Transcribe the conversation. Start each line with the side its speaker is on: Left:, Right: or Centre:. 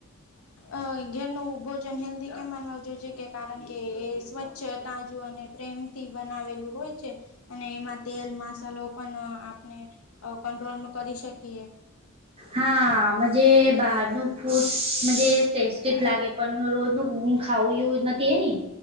Left: અ ઘેર ન ભોજન હેલ્ધ કેમ માનવા જોઈ કે કારણ કે એ સ્વચ્છ તાજું અને પ્રેમથી બનાવેલું હોય છે, અને એમાં તેલ મસાલો પણ આપણે કંટ્રોલમાં કરી શકીએ.
Right: હાજ બહારનું ફૂડજ ટેસ્ટી લાગે. પણ રોજ ન ખાવું એવું નથી એ ની.